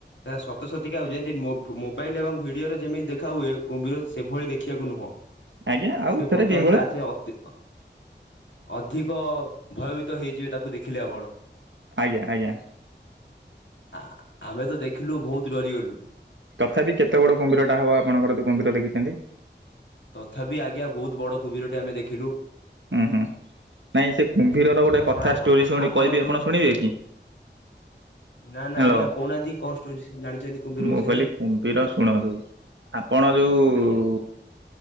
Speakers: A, on the left; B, on the right.
A: ନା ସତସତୀକା ଆଉ ଯେମିତି ମୋ ଭୋ ମୋ ମୋବାଇଲ ଏବଂ ଭିଡିଓରେ ଯେମିତି ଦେଖା ହୁଏ କୁମ୍ଭୀର ସେଭଳି ଦେଖିବାକୁ ନୁହଁ।
B: ଆଜ୍ଞା ଆଉ
A: ସେ
B: ସେଟା
A: ବର୍ତ୍ତମାନ
B: କେଉଁ ଭଳିଆ
A: ତା ଚେ ଅଧି ଅଧିକ ଭୟଭୀତ ହେଇଯିବେ ତାକୁ ଦେଖିଲେ ଆପଣ।
B: ଆଜ୍ଞା ଆଜ୍ଞା।
A: ଆ ଆମେ ତ ଦେଖିଲୁ ବହୁତ୍ ଡରିଗଲୁ।
B: ତଥାପି କେତେ ବଡ଼ କୁମ୍ଭୀରଟା ହବ ଆପଣଙ୍କର ଯୋଉ କୁମ୍ଭୀର ଦେଖିଛନ୍ତି?
A: ତଥାପି ଆଜ୍ଞା ବହୁତ ବଡ କୁମ୍ଭୀରଟେ ଆମେ ଦେଖିଲୁ।
B: ହୁଁ ହୁଁ ନାଇଁ ସେ କୁମ୍ଭୀରର ଗୋଟେ
A: ଆପଣ
B: କଥା
A: ଆପଣ
B: ଷ୍ଟୋରି ଶୁଣି କହିବି
A: ଯୋଉ
B: ଆପଣ ଶୁଣିବେ କି?
A: ନା ନା
B: ହ୍ୟାଲୋ
A: ଆଜ୍ଞା କହୁନାହାନ୍ତି କଣ ଷ୍ଟୋରି ଜାଣିଛନ୍ତି କୁମ୍ଭୀର
B: ମୁଁ
A: ବିଷୟରେ?
B: କହିଲି କୁମ୍ଭୀର ଶୁଣନ୍ତୁ। ଆପଣ ଯୋଉ
A: ଆଜ୍ଞା